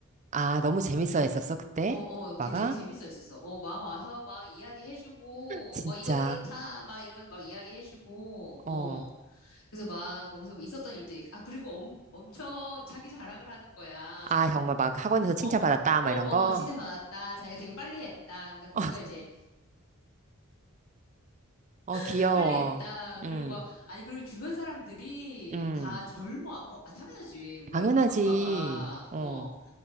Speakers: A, on the right; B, on the left.
A: 아, 너무 재밌어 했었어, 그때?
B: 어, 어, 그게
A: 오빠가?
B: 되게 재밌어 했었어. 어, 막 와서 막 이야기해주고,
A: 진짜.
B: 막 이건 이렇다, 막 이런 막 이야기해주고,
A: 어.
B: 어. 그래서 막 거기서 뭐 있었던 일도 얘기, 아, 그리고 엄, 엄청 자기 자랑을 하는 거야.
A: 아, 정말 막 학원에서 칭찬받았다,
B: 어,
A: 막
B: 어, 어,
A: 이런 거?
B: 칭찬받았다. 자기가 되게 빨리 했다. 그러니까 거기가
A: <laughs>
B: 이제
A: 어,
B: <laughs>
A: 귀여워.
B: 빨리 했다. 그리고
A: 응,
B: 막, 아니, 그리고 주변 사람들이
A: 응.
B: 다 젊어. 아빠, 어, 아, 당연하지. 우리
A: 당연하지.
B: 아, 아빠가,
A: 어,
B: 어,